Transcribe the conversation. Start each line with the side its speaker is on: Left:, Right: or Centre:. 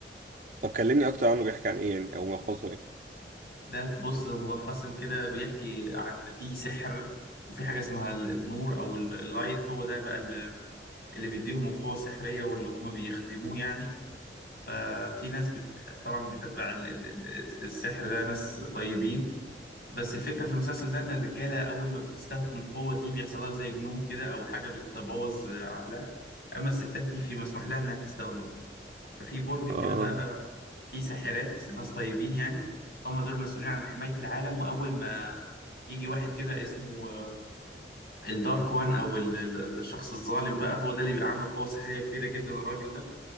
Right: طب كلمني اكتر عنه بيحكي عن ايه يعني او ملخصه ايه
Left: ده بص ملخصا كده بيحكي عن في سحر وفي حاجة اسمها ال- النور أو ال- اللايت هو ده بقى ال- اللي بيديهم القوة السحرية واللي هما بيخدموه يعني ففي ناس بت... طبعا بتتبع ال... ال- ال- السحر ده ناس طيبين بس الفكرة في المسلسل ده إن الرجالة أول ما بتستخدم القوة دي بيحصل لها زي جنون كده أو حاجة بتبوظ عقلها أما الستات دي في مسموح لها إنها تستخدم ففي برج كده
Right: اه
Left: بقى فيه ساحرات ناس طيبين يعني هم دول مسؤولين عن حماية العالم وأول ما يجي واحد كده اسمه آه، الدارك وان أو ال- ال- الشخص الظالم بقى هو ده اللي بيبقى عنده قوة سحرية كبيرة جدا الراجل ده